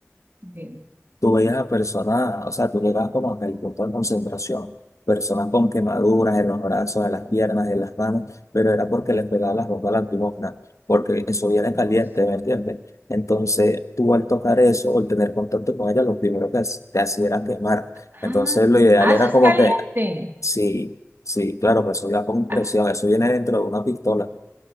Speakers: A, on the right (about 40°); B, on the left (about 75°).
A: de-
B: tú veías a personas, o sea, tú le llegabas como que el punto de concentración, personas con quemaduras en los brazos, en las piernas, en las manos, pero era porque les pegaba las bombas lacrimógenas, porque eso viene
A: Los-
B: caliente, ¿me entiendes? Entonces, tú al tocar eso o al tener contacto con ella, lo primero que hac- te hacía era quemar.
A: Ah,
B: Entonces, lo ideal
A: ah,
B: era
A: eso
B: como
A: es caliente.
B: que, sí, sí, claro, que eso iba con presión,
A: Ah,
B: eso viene dentro de una pistola.